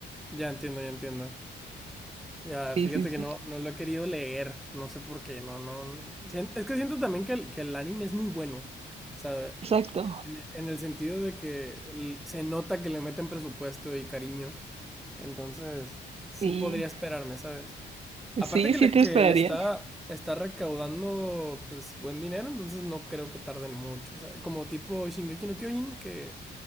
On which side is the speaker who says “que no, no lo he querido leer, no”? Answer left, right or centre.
Centre